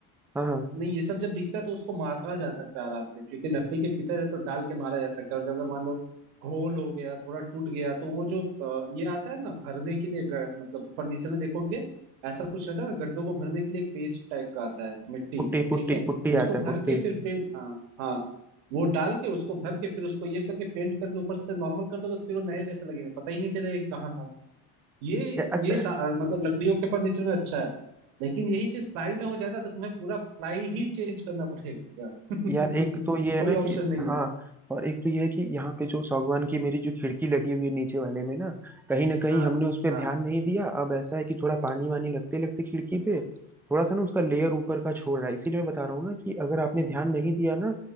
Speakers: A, in the centre; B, on the right.
A: हाँ हाँ
B: नहीं ये सब जब दिखता है तो उसको मारा जा सकता है आराम से क्योंकि लकड़ी के भीतर है तो डाल के मारा जा सकता है और जब अगर मान लो होल हो गया थोड़ा टूट गया तो वो जो अ, ये आता है ना भरने के लिए ग- मतलब फर्नीचर में देखोगे ऐसा कुछ रहता है ना गड्ढों को भरने के लिए एक पेस्ट टाइप का आता है मिट्टी
A: पुट्टी पुट्टी
B: ठीक है
A: पुट्टी
B: उसको
A: आता है
B: भर
A: पुट्टी
B: के फिर पेंट हाँ हाँ वो डाल के उसको भर के फिर उसको ये करके पेंट करके ऊपर से नॉर्मल कर दोगे तो फिर वो नए जैसा लगेगा पता ही नहीं चलेगा कि कहाँ था ये
A: या अच्छा
B: ये सा- मतलब लकड़ियों के फर्नीचर में अच्छा है लेकिन यही चीज प्लाई में हो जाए ना तो तुम्हें पूरा प्लाई ही चेंज करना पड़ेगा <laughs>
A: यार एक तो ये
B: कोई
A: है ना
B: ऑप्शन
A: कि
B: नहीं है
A: हाँ और एक तो ये है कि यहाँ पे जो सागवान की मेरी जो खिड़की लगी हुई है नीचे वाले में ना कहीं ना कहीं
B: हाँ
A: हमने उस पर
B: हाँ
A: ध्यान नहीं दिया अब ऐसा है कि थोड़ा पानी वानी लगते लगते खिड़की पे थोड़ा सा ना उसका लेयर ऊपर का छोड़ रहा है इसीलिए मैं बता रहा हूँ ना कि अगर आपने ध्यान नहीं दिया ना